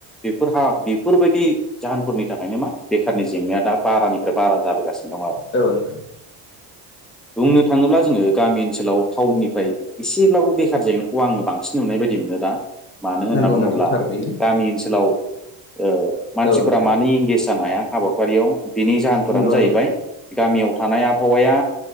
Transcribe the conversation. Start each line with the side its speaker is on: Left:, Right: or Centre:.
Centre: बेफोरहा बेफोरबायदि जाहोनफोरनि थाखायनो मा बेखारनि जेंनाया दा बारानिफ्राय बारा जाबोगासिनो दं आरो।
Left: औ नोंथां
Centre: बुंनो थाङोब्ला जोङो गामि ओनसोलाव टाउननिफ्राय एसेब्लाबो बेखार जेंनाखौ आङो बांसिन नुनाय बायदि मोनो दा। मानो होनना
Left: नंगौ
Centre: बुङोब्ला
Left: नोंथां थार बियो
Centre: गामि ओनसोलाव ओ मानसिफोरा
Left: औ नोंथां
Centre: मानो इंगेज जानो हाया हाबाफारियाव बिनि जाहोनफोरानो
Left: नंगौ
Centre: जाहैबाय
Left: नोंथां
Centre: गामियाव थानाय आबहावाया